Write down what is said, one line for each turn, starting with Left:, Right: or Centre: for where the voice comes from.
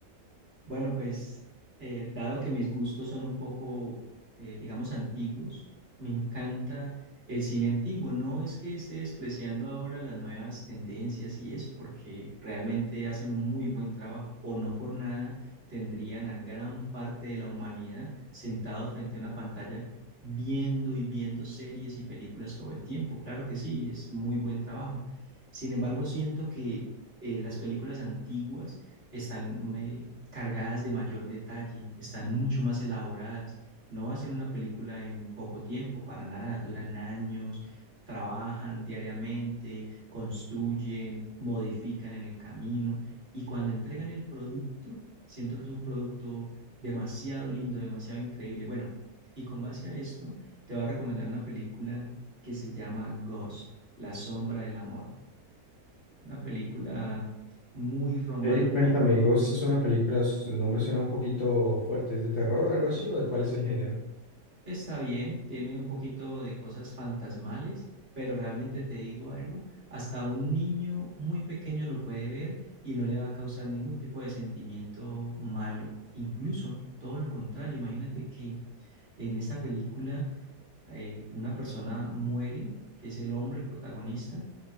Right: Bueno, pues eh, dado que mis gustos son un poco, eh, digamos, antiguos, me encanta el cine antiguo. No es que esté despreciando ahora las nuevas tendencias y eso, porque realmente hacen un muy buen trabajo o no por nada tendrían a gran parte de la humanidad sentado frente a una pantalla viendo y viendo series y películas todo el tiempo. Claro que sí, es muy buen trabajo. Sin embargo, siento que eh, las películas antiguas están eh, cargadas de mayor detalle, están mucho más elaboradas. No hacen una película en poco tiempo, para nada, duran años, trabajan diariamente, construyen, modifican en el camino y cuando entregan el producto, siento que es un producto demasiado lindo, demasiado increíble. Bueno, y con base a esto, te voy a recomendar una película que se llama Ghost, La sombra del amor, una película muy romántica
Left: Eh, cuéntame, Ghost es una película, su nombre suena un poquito fuerte, ¿es de terror o algo así, o de cuál es el género?
Right: Está bien, tiene un poquito de cosas fantasmales, pero realmente te digo algo, hasta un niño muy pequeño lo puede ver y no le va a causar ningún tipo de sentimiento malo. Incluso todo lo contrario, imagínate que en esta película eh, una persona muere, que es el hombre, el protagonista,